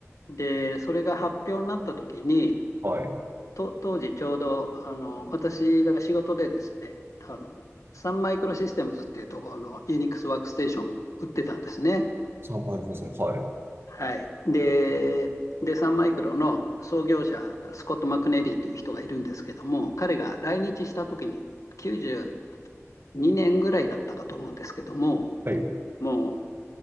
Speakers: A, on the left; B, on the right.
A: で、それが発表になった時に、
B: はい。
A: と、当時ちょうど、あの、私が仕事でですね、あの、サンマイクロシステムズっていうところのユニックスワークステーション売ってたんですね。
B: 3円ですね。はい。
A: はい。で、で、サンマイクロの創業者がスコット・マクネリーっていう人がいるんですけども、彼が来日した時に92年ぐらいだったかと思うんですけども、
B: はい。
A: もう